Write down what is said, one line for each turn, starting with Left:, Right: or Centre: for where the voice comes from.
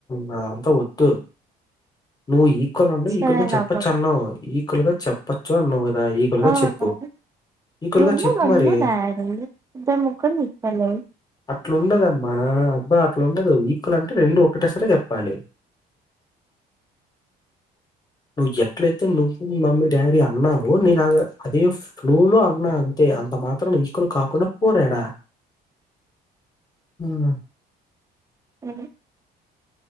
Left: నా అంతా వద్దు నువ్వు ఈక్వల్ అన్నావు
Right: సరే
Left: ఈక్వల్ గా చెప్పచ్చు
Right: నవ్వకు
Left: అన్నావ్ ఈక్వల్ గా చెప్పచ్చు అన్నావు ఈక్వల్ గా
Right: అవును
Left: చెప్పు ఈకువల్గా
Right: నువ్వు
Left: చెప్పు
Right: మమ్ము
Left: మరి
Right: డాడీ ఇద్దరు ముగ్గురు ఈక్వలే
Left: అట్లుండదమ్మా అబ్బా అట్లా ఉండదు ఈక్వల్ అంటే రెండు ఒకటే సారి చెప్పాలి నువ్వు ఎట్లయితే నువ్వు మి మమ్మీ డాడీ అన్నావో నేను అ అదే ఫ్లో లో అన్నా తే అంత మాత్ర ఈక్వల్ కాకుండా పోరు ఆడా మ్
Right: సరే